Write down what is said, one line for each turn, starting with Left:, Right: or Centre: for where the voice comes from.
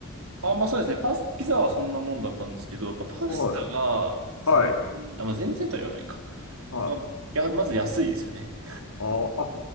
Right: あ、まあそうですね。パス、ピザはそんなもんだったんですけど、やっぱパスタが全然、
Left: はい。はい。
Right: あ、まあ全然とは言わないか。
Left: はい。
Right: まあ、いや、まず安いですよね。
Left: あーあ、